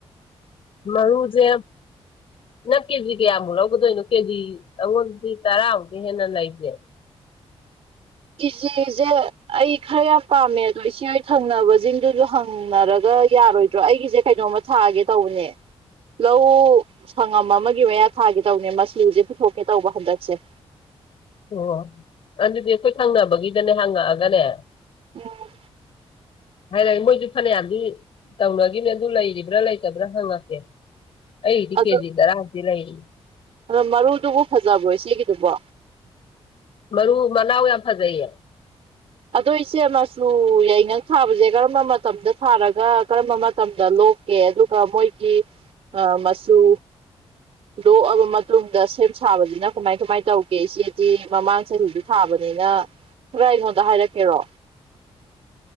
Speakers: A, on the left (about 55°); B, on the right (about 65°).
A: ꯃꯔꯨꯖꯦ ꯅꯪ ꯀꯦꯖꯤ ꯀꯌꯥꯃꯨꯛ ꯂꯧꯒꯗꯣꯏꯅꯣ ꯀꯦꯖꯤ ꯑꯩꯉꯣꯟꯗꯗꯤ ꯇꯔꯥꯃꯨꯛꯇꯒꯤ ꯍꯦꯟꯅ ꯂꯩꯇ꯭ꯔꯦ
B: ꯀꯤꯖꯤꯁꯦ ꯑꯩ ꯈꯔ ꯌꯥꯝ ꯄꯥꯝꯃꯦ ꯑꯗꯣ ꯏꯆꯦꯍꯣꯏ ꯊꯪꯅꯕꯁꯤꯡꯗꯨꯁꯨ ꯍꯪꯅꯔꯒ ꯌꯥꯔꯣꯏ ꯗ꯭ꯔꯣ ꯑꯩꯒꯤꯁꯦ ꯀꯩꯅꯣꯝꯃ ꯊꯥꯒꯦ ꯇꯧꯕꯅꯦ ꯂꯧ ꯁꯪꯉꯝ ꯑꯃꯒꯤ ꯃꯌꯥ ꯊꯥꯒꯦ ꯇꯧꯕꯅꯦ ꯃꯆꯨꯁꯦ ꯄꯨꯊꯣꯛꯀꯦ ꯇꯧꯕ ꯍꯟꯗꯛꯁꯦ
A: ꯑꯣ ꯑꯗꯨꯗꯤ ꯑꯩꯈꯣꯏ ꯊꯪꯅꯕꯒꯤꯗꯅꯦ ꯍꯪꯉꯛꯑꯒꯅꯦ
B: ꯎꯝ
A: ꯍꯥꯏꯔꯒꯦ ꯃꯣꯏꯗꯤ ꯐꯅꯌꯥꯝꯗꯤ ꯇꯧꯅꯈꯤꯕꯅꯦ ꯑꯗꯨ ꯂꯩꯔꯤꯕ꯭ꯔꯥ ꯂꯩꯇꯕ꯭ꯔꯥ ꯍꯪꯉꯛꯀꯦ ꯑꯩꯗꯤ
B: ꯑꯗꯣ
A: ꯀꯦꯖꯤ ꯇꯔꯥꯗꯤ ꯂꯩꯔꯤ
B: ꯑꯗꯣ ꯃꯔꯨꯗꯨꯕꯨ ꯐꯖꯕ꯭ꯔꯣ ꯏꯆꯦꯒꯤꯗꯨꯕꯣ
A: ꯃꯔꯨ ꯃꯅꯥꯎ ꯌꯥꯝ ꯐꯖꯩꯌꯦ
B: ꯑꯗꯣ ꯏꯆꯦ ꯃꯆꯨ ꯌꯥꯏꯉꯪ ꯊꯥꯕꯁꯦ ꯀꯔꯝꯕ ꯃꯇꯝꯗ ꯊꯥꯔꯒ ꯀꯔꯝꯕ ꯃꯇꯝꯗ ꯂꯣꯛ ꯀꯦ ꯑꯗꯨꯒ ꯃꯣꯏꯒꯤ ꯃꯆꯨ ꯂꯣꯛꯑꯕ ꯃꯇꯨꯡꯗ ꯁꯦꯝ ꯁꯥꯕꯕꯁꯤꯅ ꯀꯃꯥꯏ ꯀꯃꯥꯏ ꯇꯧꯒꯦ ꯏꯆꯦꯗꯤ ꯃꯃꯥꯡ ꯆꯍꯤꯗꯨ ꯊꯥꯕꯅꯤꯅ ꯈꯔ ꯑꯩꯉꯣꯟꯗ ꯍꯥꯏꯔꯛꯀꯦꯔꯣ